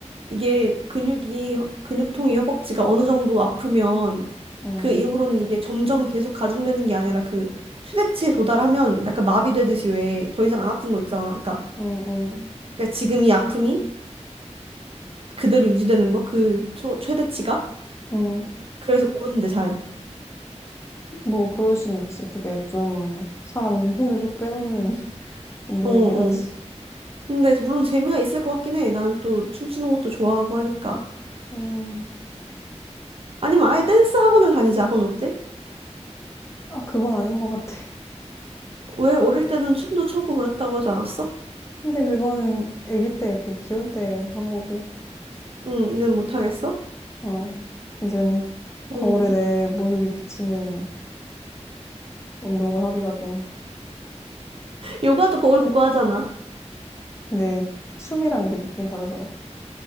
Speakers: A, on the right; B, on the left.
A: 이게 근육이, 근육통이 허벅지가 어느 정도 아프면
B: 응,
A: 그 이후로는 이게 점점 계속 가중되는 게 아니라 그 최대치에 도달하면 약간 마비되듯이 왜 더 이상 안 아픈 거 있잖아. 그러니까,
B: 응, 응,
A: 그러니까 지금 이 아픔이 그대로 유지되는 거? 그 초, 최대치가?
B: 응.
A: 그래서 모른대, 잘.
B: 뭐, 그럴 순 있지. 그게 좀, 사람 혼을 좀 빼놓는 <laughs> 운동이긴
A: 어, 어.
B: 하지.
A: 근데 물론 재미가 있을 것 같긴 해. 나는 또 춤추는 것도 좋아하고 하니까.
B: 음,
A: 아니면 아예 댄스 학원을 다니자. 그건 어때?
B: 아, 그건 아닌 것 같아.
A: 왜 어릴 때는 춤도 추고 그랬다고 하지 않았어?
B: 근데 그거는 아기 때, 이렇게 귀여울 때 한 거고,
A: 응, 이제 못하겠어?
B: 어. 이젠 거울에
A: 응.
B: 내 모습이 비치는 운동을 하기가 좀
A: 요가도 거울 보고 하잖아.
B: 근데 춤이랑 이게 느낌이 다르잖아.